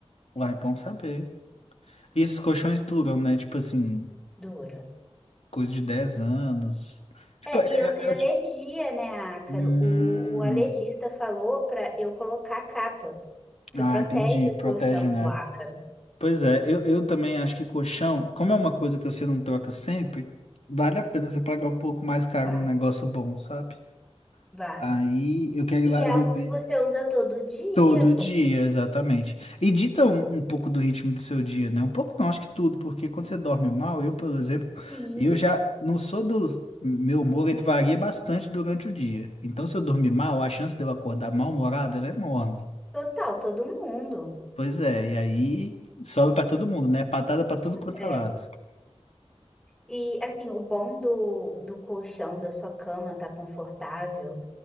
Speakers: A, on the left; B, in the centre.
A: Uai, bom saber. E esses colchões duram, né? Tipo assim,
B: dura.
A: coisa de 10 anos. Tipo,
B: É,
A: é,
B: e eu
A: é-
B: tenho
A: é o
B: alergia,
A: tipo.
B: né, ácaro?
A: Hum,
B: O, o alergista falou pra eu colocar a capa, porque
A: ah,
B: protege
A: entendi. Protege,
B: o colchão
A: né?
B: do ácaro.
A: Pois é, eu, eu também acho que colchão, como é uma coisa que você não troca sempre, vale a pena você pagar um pouco mais caro
B: Vale,
A: num negócio bom, sabe?
B: vale.
A: Aí eu quero ir
B: E
A: lá,
B: é
A: eu
B: algo
A: vou ver.
B: que você usa todo dia,
A: Todo
B: pô.
A: dia, exatamente. E dita um, um pouco do ritmo do seu dia, né? Um pouco não, acho que tudo, porque quando você dorme mal, eu, por exemplo,
B: Sim,
A: eu já não sou dos. Meu humor, ele varia bastante durante o dia. Então, se eu dormir mal, a chance de eu acordar mal-humorado, ela é enorme.
B: total, todo mundo.
A: Pois é, e aí sobe pra todo mundo, né? Patada pra tudo quanto
B: É.
A: é lado.
B: E assim, o bom do, do colchão da sua cama tá confortável